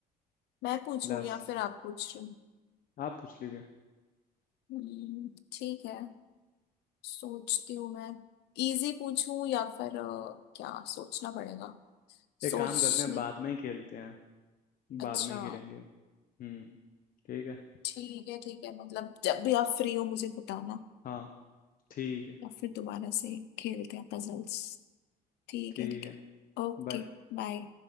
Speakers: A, on the left; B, on the left.
A: मैं पूछूं
B: लास्ट
A: या फिर आप पूछ रहे हो
B: आप पूछ लीजिए
A: हम्म, ठीक है सोचती हूँ मैं इजी पूछूं या फिर अ, क्या सोचना पड़ेगा
B: एक
A: सोचने
B: काम करते हैं बाद में ही खेलते हैं
A: अच्छा
B: बाद में ही खेलेंगे हम्म ठीक है
A: ठीक है ठीक है मतलब जब भी आप फ्री हो मुझे बताना
B: हाँ ठीक है
A: या फिर दोबारा से खेलते हैं पजल्स ठीक
B: ठीक
A: है ठीक
B: है
A: है ओके
B: बाय
A: बाय